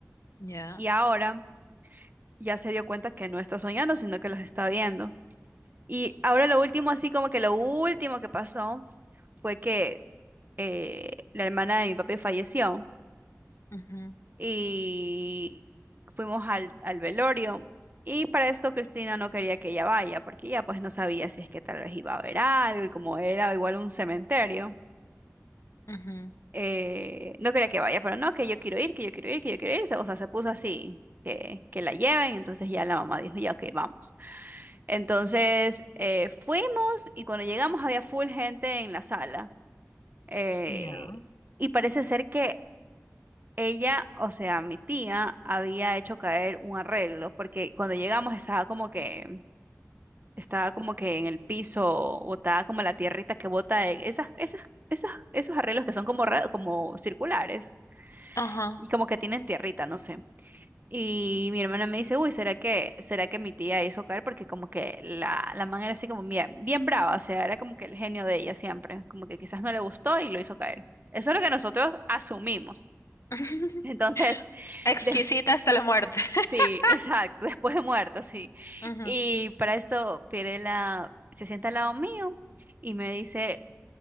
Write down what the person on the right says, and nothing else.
y ahora ya se dio cuenta que no está soñando, sino que los está viendo. Y ahora lo último, así como que lo último que pasó fue que eh, la hermana de mi papi falleció
y fuimos al, al velorio. Y para esto Cristina no quería que ella vaya, porque ella pues no sabía si es que tal vez iba a haber algo, y como era igual un cementerio,
eh, no quería que vaya, pero no, que yo quiero ir, que yo quiero ir, que yo quiero ir. se- O sea, se puso así, que, que la lleven, entonces ya la mamá dijo, ya, ok, vamos. Entonces eh, fuimos y cuando llegamos había full gente en la sala. eh,
y parece ser que Ella, o sea, mi tía había hecho caer un arreglo porque cuando llegamos estaba como que estaba como que en el piso botada como la tierrita que bota eh, esas esas esas esos arreglos que son como ra- como circulares
y como que tienen tierrita, no sé. Y mi hermana me dice, "Uy, ¿será que será que mi tía hizo caer porque como que la la man era así como bien bien brava, o sea, era como que el genio de ella siempre, como que quizás no le gustó y lo hizo caer." Eso es lo que nosotros asumimos.
Entonces,
<laughs>
Sí, exacto, después de muerto, sí.
Y para eso Pirela se sienta al lado mío y me dice,